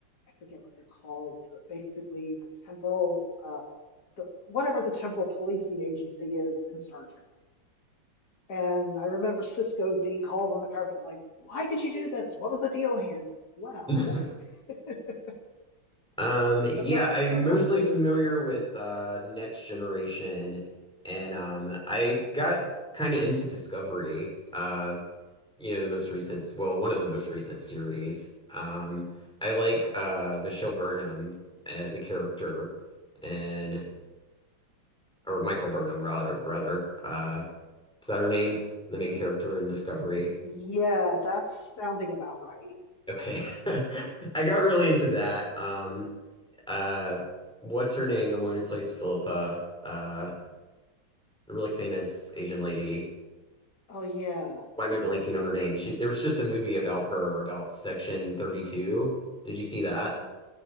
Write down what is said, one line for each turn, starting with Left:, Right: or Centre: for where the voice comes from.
Left: I forget what they're called, basically the temporal uh, the whatever the temporal policing agency is in Star Trek. And I remember Cisco's being called on the carpet, like, "Why did you do this? What was the deal here?" Well,
Centre: <laughs>
Left: <laughs> but
Centre: Um, yeah,
Left: that's
Centre: I'm
Left: that's
Centre: mostly
Left: one of my favorites.
Centre: familiar with uh Next Generation and um I got kind of into Discovery, uh, you know, the most recent, well, one of the most recent series. Um, I like uh Michelle Burnham, uh, the character and or Michael Burnham rather rather. Uh Is that her name? The main character in Discovery.
Left: Yeah, that's sounding about right.
Centre: Okay. <laughs> I got really into that. Um, uh, what's her name? The woman who plays Philippa, uh, a really famous Asian lady.
Left: Oh yeah,
Centre: Why am I blanking on her name? She, there was just a movie about her, about Section 32. Did you see that?
Left: He-